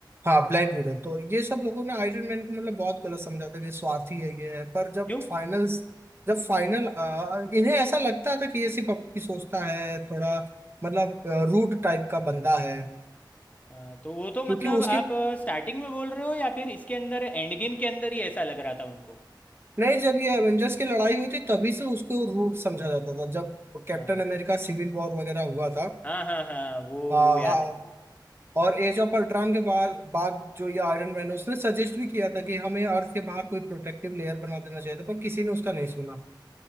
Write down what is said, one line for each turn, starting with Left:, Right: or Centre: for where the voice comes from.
Right: हाँ ब्लैक विडो तो ये सब लोगों ने आयरन मैन को मतलब बहुत गलत समझा था कि स्वार्थी है ये है पर जब
Left: क्यों
Right: फाइनल्स जब फाइनल इन्हें ऐसा लगता था कि ये सिर्फ अपनी सोचता है थोड़ा मतलब रूड टाइप का बंदा है
Left: हाँ, तो वो तो मतलब
Right: क्योंकि उसके
Left: आप स्टार्टिंग में बोल रहे हो या फिर इसके अंदर एंड गेम के अंदर ही ऐसा लग रहा था उनको
Right: नहीं जब ये एवेंजर्स की लड़ाई हुई थी तभी से उसको रूट समझा जाता था जब कैप्टन
Left: हाँ
Right: अमेरिका सिविल वॉर वगैरह हुआ था
Left: हाँ हाँ हाँ वो
Right: आ, आ,
Left: वो याद है मेरे को
Right: और एज ऑफ अल्ट्रॉन के बाद बाद जो ये आयरन मैन है, उसने सजेस्ट भी किया था कि हमें अर्थ के बाहर कोई प्रोटेक्टिव लेयर बना देना चाहिए था पर किसी ने उसका नहीं सुना